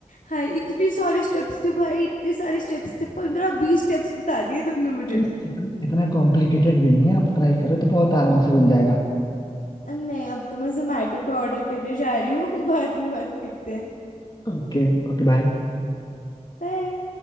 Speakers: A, on the left; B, on the left.
A: हाँ इतने सारे स्टेप्स थे भाई इतने सारे स्टेप्स थे पंद्रह बीस स्टेप्स बता दिए तुमने मुझे
B: नहीं, इतना इतना कॉम्प्लिकेटेड भी नहीं है आप ट्राई करो तो बहुत आराम से बन जाएगा
A: नहीं अब तो मैं जोमेटो पे ऑर्डर करने जा रही हूँ <laughs> बाद में बात करते हैं
B: ओके Okay bye
A: बाय